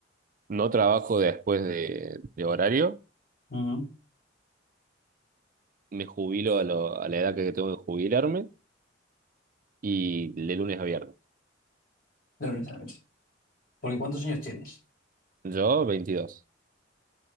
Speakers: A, on the right (about 45°); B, on the left (about 50°).
A: No trabajo después de, de horario,
B: Ujú.
A: me jubilo a, lo- a la edad que tengo que jubilarme y de lunes a viernes.
B: De lunes a noche. Porque ¿cuántos años tienes?
A: Yo 22.